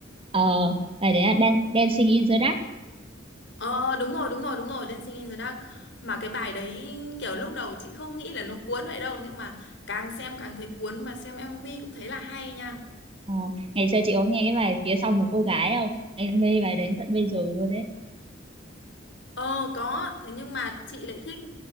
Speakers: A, on the right; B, on the left.
A: ờ bài đấy là Dan Dancing in the Dark
B: ờ ờ, đúng rồi đúng rồi đúng rồi Dancing in the Dark mà cái bài đấy kiểu lúc đầu chị không nghĩ là nó cuốn vậy đâu nhưng mà càng xem càng thấy cuốn mà xem MV cũng thấy là hay nha
A: ờ, ngày xưa chị có nghe cái bài phía sau một cô gái không em mê bài đến tận bây giờ luôn đấy
B: ờ có thế nhưng mà chị lại thích